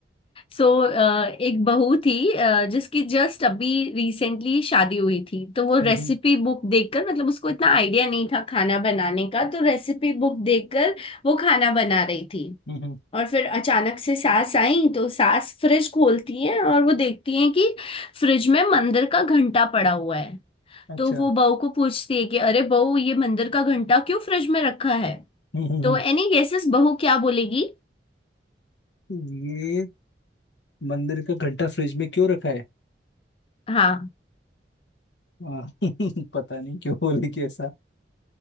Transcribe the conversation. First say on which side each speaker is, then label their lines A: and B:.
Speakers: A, on the left; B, on the left.
A: सो so, एक बहू थी अ, जिसकी जस्ट अभी रिसेंटली शादी हुई थी तो वो रेसिपी
B: हम्म
A: बुक देखकर मतलब उसको इतना आइडिया नहीं था खाना बनाने का तो रेसिपी बुक देखकर वो खाना बना रही थी
B: हम्म
A: और फिर अचानक से सास आई तो सास फ्रिज खोलती है और वो देखती है कि फ्रिज में मंदिर का घंटा पड़ा हुआ है
B: अच्छा
A: तो वो बहू को पूछती है कि अरे बहू ये मंदिर का घंटा क्यों फ्रिज में रखा है
B: हम्म हम्म
A: तो एनी गेसेस बहू क्या बोलेगी
B: हम्म। ये मंदिर का घंटा फ्रिज में क्यों रखा है
A: हाँ
B: हाँ, <laughs> पता नहीं क्यों बोले कि ऐसा